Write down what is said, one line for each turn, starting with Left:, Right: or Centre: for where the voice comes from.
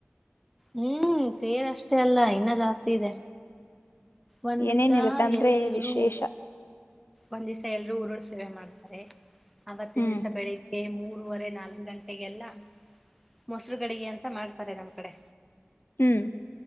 Centre: ಹ್ಮ್ ತೇರ್ ಅಷ್ಟೇ ಅಲ್ಲ ಇನ್ನ ಜಾಸ್ತಿ ಇದೆ ಒಂದ್
Left: ಏನೇನಿರುತ್ತೆ
Centre: ದಿವಿಸ
Left: ಅಂದ್ರೆ
Centre: ಎಲ್ರುೂ
Left: ವಿಶೇಷ
Centre: ಒಂದ್ ದಿವ್ ಎಲ್ರುೂ ಉರು ಸೇವೆ ಮಾಡ್ತಾರೆ ಅವವತ್ತಿನ
Left: ಹ್ಮ್
Centre: ದಿವ್ಸ ಬೆಳಿಗ್ಗೆ ಮೂರು ಮೂವರೆ ನಾಲ್ಕು ಗಂಟೆಗೆಲ್ಲ ಮೊಸರುಗಡಿಗೆ ಅಂತ ಮಾಡ್ತಾರೆ ನಮ್ ಕಡೆ
Left: ಹ್ಮ್